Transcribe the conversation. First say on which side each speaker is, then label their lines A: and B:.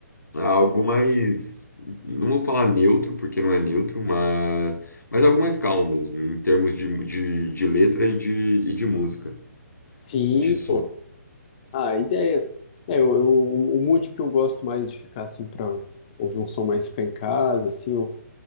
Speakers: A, on the left; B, on the left.
A: ah, algo mais, não vou falar neutro, porque não é neutro, mas, mas algo mais calmo mesmo, em termos de, de, de letra e de, e de música,
B: Sim,
A: e de som.
B: pô. Ah, a ideia. É, eu, eu- o mood que eu gosto mais de ficar, assim, pra ouvir um som mais ficar em casa, assim, ou